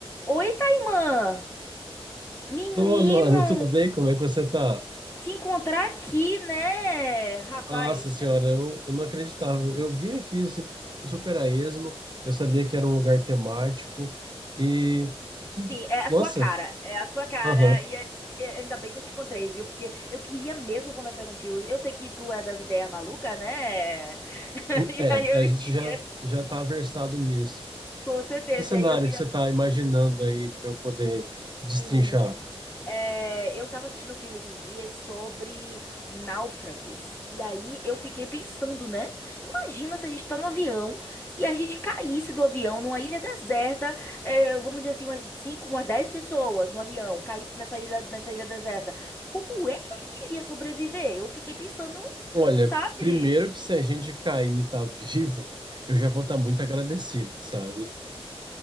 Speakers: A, on the left; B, on the right.
A: Oi, Taimã! Menino!
B: Tô, Luana, tudo bem? Como é que você tá?
A: Te encontrar aqui, né? Rapaz,
B: Nossa senhora,
A: é-
B: eu, eu não acreditava. Eu vim aqui esse super a esmo, eu sabia que era um lugar temático e que,
A: sim, é a
B: nossa,
A: sua cara. É a sua cara.
B: aham.
A: E aí, é- ainda bem que eu te encontrei, viu? Porque eu queria mesmo conversar contigo. Eu sei que tu é das ideias malucas, né? <laughs>
B: hum,
A: E
B: É,
A: aí eu
B: a gente
A: queria,
B: já já tá versado nisso.
A: com certeza.
B: Que cenário
A: E aí eu queria
B: que você tá imaginando aí para eu poder destrinchar?
A: Menino, é, eu tava assistindo um filme esses dias sobre náufragos. E aí eu fiquei pensando, né? Imagina se a gente tá no avião e a gente caísse do avião numa ilha deserta, é, vamos dizer assim, umas 5, umas 10 pessoas no avião, caísse nessa ilha, nessa ilha deserta. Como é que a gente iria sobreviver? Eu fiquei pensando,
B: Olha,
A: sabe?
B: primeiro que se a gente cair e tá <laughs> vivo, eu já vou estar muito agradecido, sabe?